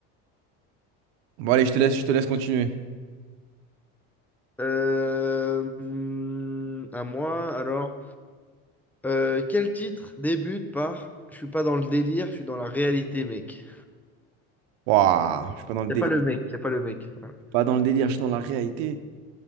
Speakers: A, on the right; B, in the centre.
A: Bon allez, je te laisse, je te laisse continuer.
B: Euh, hum, à moi, alors. Euh, quel titre débute par Je suis pas dans le délire, je suis dans la réalité, mec.
A: Waouh, je suis pas dans le
B: Y
A: délire.
B: a pas le mec, y a pas le mec. Voilà.
A: Pas dans le délire, je suis dans la réalité.